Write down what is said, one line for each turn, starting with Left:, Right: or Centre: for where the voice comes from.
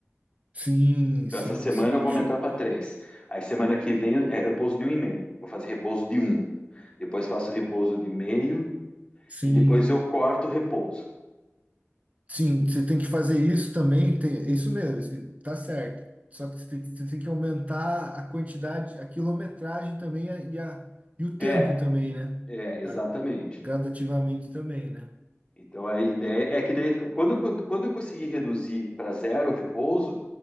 Right: Sim,
Left: Então
Right: sim,
Left: essa semana
Right: sim.
Left: eu vou
Right: ju-
Left: aumentar para três. Aí semana que vem é repouso de um e meio. Vou fazer repouso de um. Depois faço repouso de meio
Right: Sim,
Left: e depois eu corto o repouso.
Right: sim. Você tem que fazer isso também. Tem, é isso mesmo. isso- Tá certo. Só que você tem, você tem que aumentar a quantidade, a quilometragem também a- e, a, e o tempo
Left: É,
Right: também, né?
Left: é, exatamente.
Right: A- gradativamente também, né?
Left: Então a ideia é que daí, quando, eu- quando eu conseguir reduzir para zero o repouso,